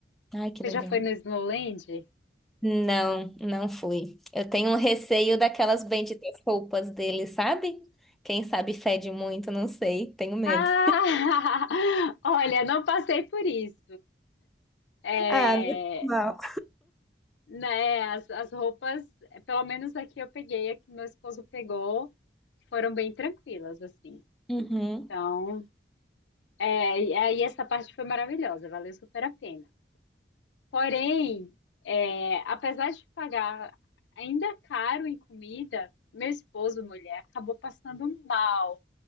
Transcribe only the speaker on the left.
Você
já foi no Snowland?
Ah, <laughs> olha, não passei por isso. É,
né, as, as roupas, pelo menos aqui eu peguei, a que meu esposo pegou, foram bem tranquilas, assim.
Então, é, e aí essa parte foi maravilhosa, valeu super a pena. Porém, é, apesar de pagar ainda caro em comida, meu esposo, mulher, acabou passando mal.